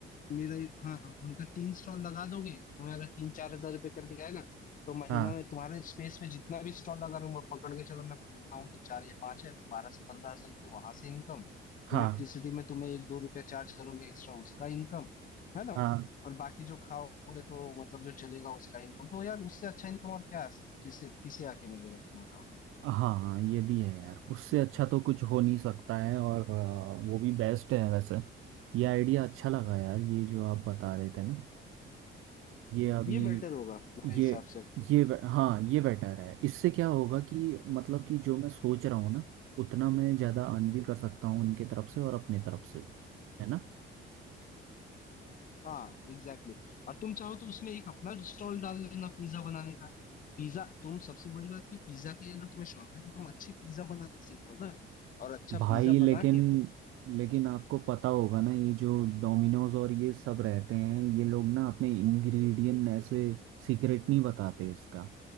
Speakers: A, on the left (about 40°); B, on the right (about 80°).
A: मेरा हाँ उनका तीन स्टॉल लगा दोगे तो तुम्हें अगर तीन चार हजार रुपये करके आए ना तो महीना
B: हाँ
A: में तुम्हारे स्पेस में जितना भी स्टॉल लगा लूंगा पकड़ के चलो मैं पकड़ता हूँ कि चार या पांच है तो बारह से पंद्रह हजार रुपये वहां से इनकम
B: हाँ
A: इलेक्ट्रिसिटी में तुम्हें एक दो रुपया चार्ज करोगे एक्स्ट्रा उसका इनकम है ना
B: हाँ
A: और बाकी जो खाओगे तो मतलब जो चलेगा उसका इनकम तो यार उससे अच्छा इनकम और क्या है? किसे किसे आके मिलेगा तुम बताओ ना।
B: हाँ हाँ ये भी है यार उससे अच्छा तो कुछ हो नहीं सकता है और आ, वो भी बेस्ट है वैसे ये आइडिया अच्छा लगा यार ये जो आप बता रहे थे ना ये अभी
A: ये बेटर होगा मेरे
B: ये
A: हिसाब से
B: ये बे- हाँ ये बेटर है इससे क्या होगा कि मतलब कि जो मैं सोच रहा हूँ ना उतना मैं ज़्यादा अर्न भी कर सकता हूँ उनके तरफ से और अपने तरफ से भी है ना
A: हाँ एग्जैक्टली exactly. और तुम चाहो तो उसमें एक अपना स्टॉल डाल लेना पिज्जा बनाने का पिज्जा तुम सबसे बड़ी बात की पिज्जा की अगर तुम्हें शौक है तो तुम अच्छी पिज्जा बनाना सीख लो ना और अच्छा
B: भाई
A: पिज्जा
B: लेकिन
A: बना के तुम
B: लेकिन आपको पता होगा ना ये जो डोमिनोज और ये सब रहते हैं ये लोग ना अपने इंग्रेडिएंट ऐसे सीक्रेट नहीं बताते इसका